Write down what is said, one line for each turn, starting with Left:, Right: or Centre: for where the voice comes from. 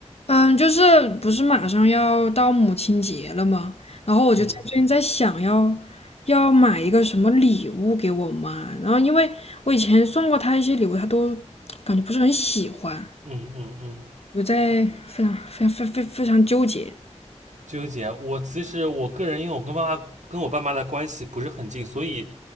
Left: 嗯，就是不是马上要到母亲节了吗？然后我就在最近在想要
Right: 嗯
Left: 要买一个什么礼物给我妈，然后因为我以前送过她一些礼物，她都感觉不是很喜欢，
Right: 嗯嗯嗯，
Left: 我在非常非常非非非常纠结。
Right: 纠结。我其实我个人，因为我跟妈妈跟我爸妈的关系不是很近，所以